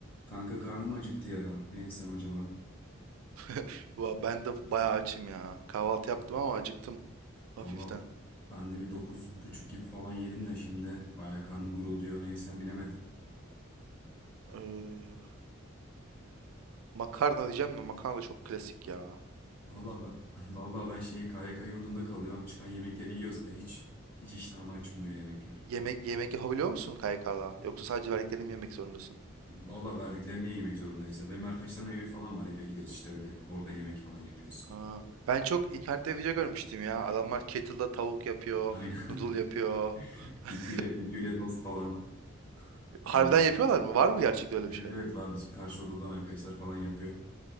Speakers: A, on the left (about 25°); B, on the right (about 85°).
A: Kanka karnım acıktı ya. Ne yesem acaba?
B: <laughs> Valla Ben de bayağı açım ya. Kahvaltı yaptım ama acıktım
A: Vallahi
B: hafiften.
A: ben de bir dokuz buçuk gibi falan yedim de şimdi bayağı karnım gurulduyor. Ne yesem bilemedim.
B: Ee, makarna diyeceğim de makarna da çok klasik ya.
A: Vallahi ben, <laughs> vallahi ben şey KYK yurdunda kalıyorum. Çıkan yemekleri yiyoruz da hiç hiç iştahımı açmıyor yemekler.
B: Yemek yemek yapabiliyor musun KYK'da? Yoksa sadece verdiklerini mi yemek zorundasın?
A: Vallahi verdiklerini yemek zorundayız ya. Benim arkadaşların evi falan var. Eve gidiyoruz işte öyle. Orada yemek falan yapıyoruz.
B: Aa, ben çok internette video görmüştüm ya. Adamlar kettle'da tavuk yapıyor,
A: Aynen.
B: noodle yapıyor.
A: <laughs>
B: <laughs>
A: Ütüyle ütüyle tost falan
B: Harbiden
A: yiyorum.
B: yapıyorlar mı? Var mı gerçekten öyle
A: Evet
B: bir şey?
A: evet var bizim karşı odadan arkadaşlar falan yapıyor.